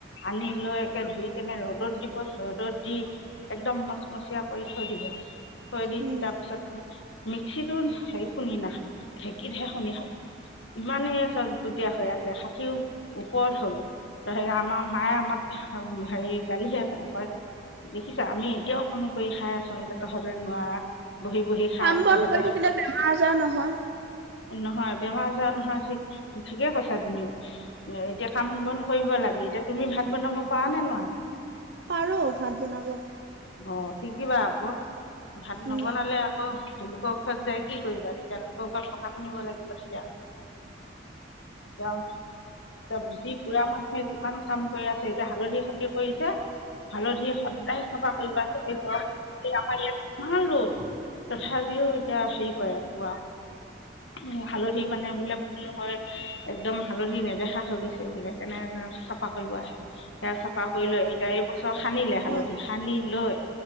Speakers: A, on the left; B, on the right.
A: আনি লৈ একে ধুই কেনে ৰ'দত দিব। ৰ'দত দি একদম মচমচীয়া কৰি থৈ দিব। থৈ দি,
B: উম
A: দি তাৰ পিছত মিক্সিতো হে, শুনি নাখাই, ঢেঁকীতহে শুনি খাব। ইমানেই গজবজীয়া হৈ আছে ষাঠিও ওপৰত হ'ল। ত, হেৰি আমাৰ মায়ে আমাক হেৰি গালিহে পাৰে। কয়, দেখিছা, আমি এতিয়াও কাম কৰি খাই আছো। এতিয়া তহতে নোৱাৰা বহি, বহি। খা
B: কাম-বন
A: তহঁতে
B: কৰি থাকিলে বেমাৰ-আজাৰো নহয়।
A: নহয় বেমাৰ আজাৰ নহয়, ঠিক ঠিকে কৈছা তুমি, এতিয়া কাম-বন কৰিব লাগে। এতিয়া তুমি ভাত বনাব পাৰা নে, নোৱাৰা?
B: পাৰো ভাত বনাব।
A: অ, শিকিবা আকৌ। ভাত
B: উম
A: নবনালে অহ, তেওঁলোকৰ ঘৰত যাই কি কৰিবা? তেতিয়া লোকৰ ঘৰত কথা শুনিব লাগিব তেতিয়া। এয়া, চজ্বি পুৰা মান সৈই এইটো কাম, কাম কৰি আছে। এতিয়া হালধি খেতি কৰিছে। হালধিয়ে সদায় <inaudible> আমাৰ ইয়াত ৰ'দ। তথাপিওঁ এতিয়া, হেৰি কৰে পুৰা উম, হালধি মানে বোলে ম, হয়। একদম হালধি নেদেখা হৈ গৈছে বোলে। সেইকাৰণে চ ফা, কৰিব আহে। সেয়া চফা কৰি লৈ, এতিয়া এইবছৰ সানিলে
B: অ
A: হালধি। সানি লৈ